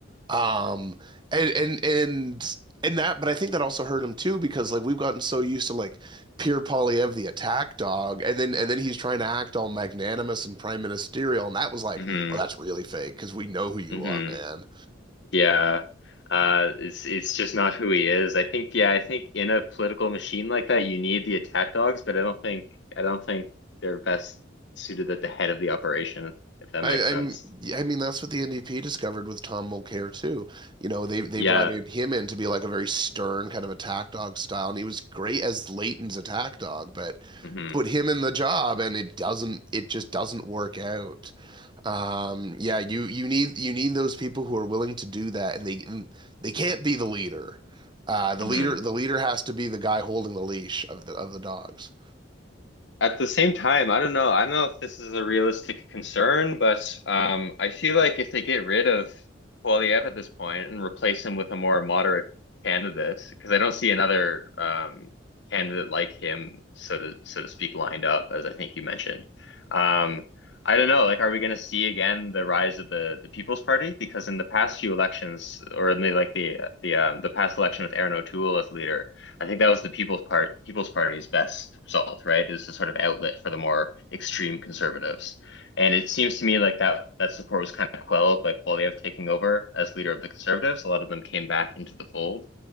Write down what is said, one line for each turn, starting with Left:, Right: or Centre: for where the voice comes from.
Right: Um, and and and and that, but I think that also hurt him too because like we've gotten so used to like Pierre Polyev, the attack dog, and then and then he's trying to act all magnanimous and prime ministerial, and that was like,
Left: hmm
Right: oh, that's really fake because we know who you
Left: hmm
Right: are, man.
Left: <laughs> Yeah. Uh, it's it's just not who he is. I think, yeah, I think in a political machine like that, you need the attack dogs, but I don't think I don't think they're best suited at the head of the operation, if that
Right: I,
Left: makes sense.
Right: I'm, yeah, I mean, that's what the NDP discovered with Tom Mulcair too. You know, they they
Left: Yeah.
Right: brought in him in to be like a very stern kind of attack dog style, and he was great as Leighton's attack dog, but
Left: hmm
Right: put him in the job, and it doesn't, it just doesn't work out. Um, yeah, you you need you need those people who are willing to do that, and they and they can't be the leader. Uh, the
Left: hmm
Right: leader the leader has to be the guy holding the leash of the of the dogs.
Left: At the same time, I don't know. I don't know if this is a realistic concern, but um, I feel like if they get rid of Poilievre at this point and replace him with a more moderate candidate, because I don't see another um, candidate like him, so to so to speak, lined up, as I think you mentioned. Um, I don't know. Like, are we going to see again the rise of the the People's Party? Because in the past few elections, or in the like the the um, the past election with Aaron O'Toole as leader. I think that was the People's Part People's Party's best result, right? Is the sort of outlet for the more extreme conservatives. And it seems to me like that that support was kind of quelled by Poilievre taking over as leader of the conservatives. A lot of them came back into the fold.